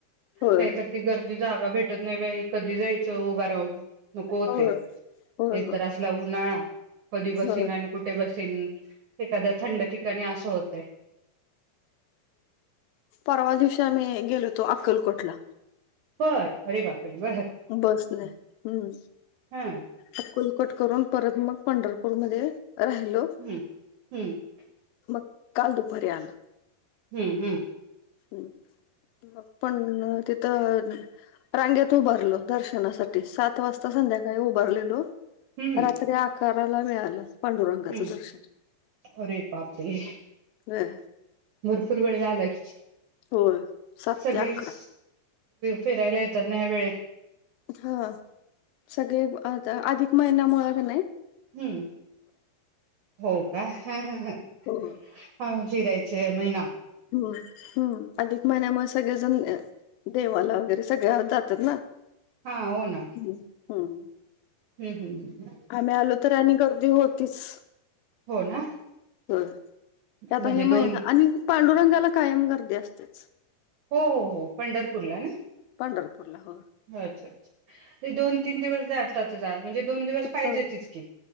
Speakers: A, on the left; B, on the right.
A: होय
B: नाहीतर ती गर्दी जागा भेट वाटत नाही बा कधी जायचं उभा राहून नको होते
A: होय होय
B: एकतर
A: होय
B: असला उन्हाळा कधी बसीन
A: होय
B: आणि कुठे बसीन एखाद्या थंड ठिकाणी असं होतय.
A: परवा दिवशी आम्ही गेलो होतो अक्कलकोटला
B: बर अरे बापरे बर
A: बसने हम्म
B: हा
A: अक्कलकोट करून परत मग पंढरपूर मध्ये राहिलो.
B: हम्म हम्म
A: मग काल दुपारी आलं.
B: हम्म हम्म
A: ह् मग पण अ तिथं रांगेत उभारलो दर्शनासाठी सात वाजता संध्याकाळी उभारलेलो
B: हम्म
A: रात्री अकराला मिळालं. पांडुरंगाचं
B: हम्म
A: दर्शन
B: अरे बापरे
A: होय
B: भरपूर वेळ लागला की
A: होय सात
B: सगळीच
A: ते अकरा
B: फिरायला येतात ना हया वेळेत.
A: हा सगळे आता अधिक महिन्यामुळ का नाय.
B: हम्म हो का हू हू हू
A: हो
B: हा जीरायचे महिना.
A: हम्म हम्. अधिक महिन्यामुळे सगळेजण देवाला वगैरे सगळ्या जातात ना.
B: हा होना.
A: ह. हम्.
B: हम् हम् हम् हम.
A: आम्ही आलो तर आणि गर्दी होतीच.
B: हो ना
A: होय. आता
B: म्हणजे
A: हे
B: दोन
A: महिना आणि पांडुरंगाला कायम गर्दी असत्याच.
B: हो हो हो. पंढरपूरला ना.
A: पंढरपूरला हो.
B: अच्छा! अच्छा! दोन-तीन दिवस जातातच म्हणजे दोन दिवस पाहिजे
A: हो
B: तच की.